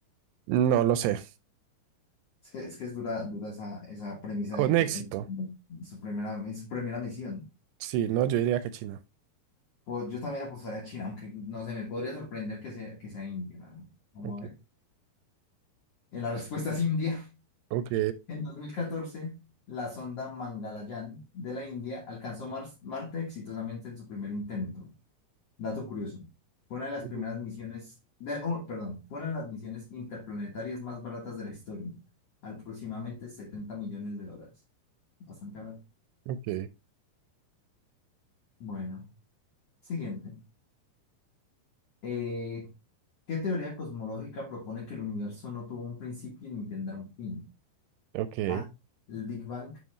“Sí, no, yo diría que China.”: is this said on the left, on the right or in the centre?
Right